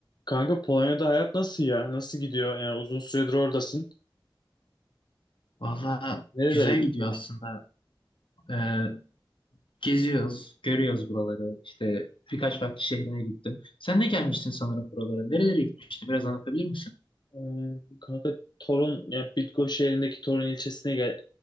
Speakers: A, on the left; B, on the left.
A: Kanka Polonya'da hayat nasıl ya? Nasıl gidiyor? Yani uzun süredir oradasın.
B: Valla
A: Nerelere
B: güzel
A: gittin?
B: gidiyor aslında. Ee, geziyoruz, görüyoruz buraları. İşte birkaç farklı şehrine gittim. Sen de gelmiştin sanırım buralara. Nerelere gitmiştin? Biraz anlatabilir misin?
A: Ee, kanka Torun, yani Bydgoszcz şehrindeki Torun ilçesine gel